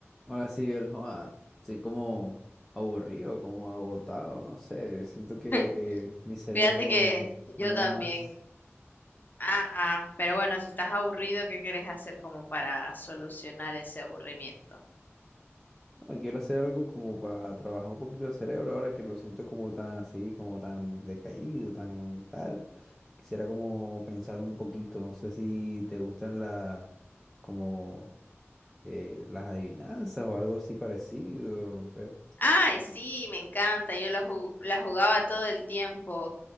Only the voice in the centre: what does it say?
Ahora sí, el joda, estoy como aburrido, como agotado, no sé, siento que
eh, mi cerebro
no
da más.
No, quiero hacer algo como para trabajar un poquito el cerebro ahora que lo siento como tan así, como tan decaído, tan tal. Quisiera como pensar un poquito, no sé si te gustan la como eh, las adivinanzas o algo así parecido, no sé.